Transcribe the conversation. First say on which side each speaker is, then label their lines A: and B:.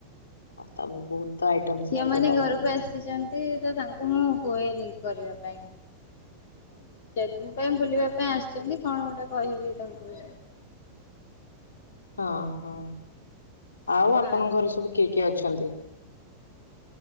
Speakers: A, on the left; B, on the left.
A: ଆ ତମେ ବହୁତ ତ ଆଇଟମ
B: ଆ ଝିଅ
A: ଶିଖିଛ
B: ମାନେ
A: ତାହେଲେ
B: ଘରକୁ
A: ତମେ
B: ଆସିଛନ୍ତି, ତ ତାଙ୍କୁ ମୁଁ କୁହେନି କରିବା ପାଇଁ। ଦି ଚାରି ଦିନ ପାଇଁ ବୁଲିବା ପାଇଁ ଆସିଛନ୍ତି କଣ ଗୋଟେ କହିବି ତାଙ୍କୁ।
A: ହଁ ହଁ ଆଉ ଆପଣଙ୍କ
B: ନାଇଁ
A: ଘରେ ସବୁ କିଏ କିଏ ଅଛନ୍ତି?